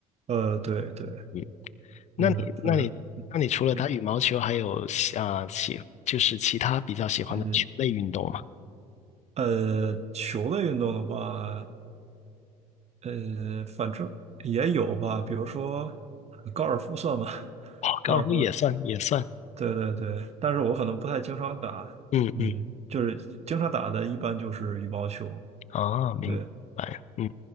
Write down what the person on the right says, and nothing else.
呃，对对，
嗯，反正，哎，
嗯，呃，球类运动的话，呃，反正也有吧，比如说高尔夫算吗？<laughs>
高尔夫，对对对，但是我可能不太经常打，
嗯，就是经常打的一般就是羽毛球，
对。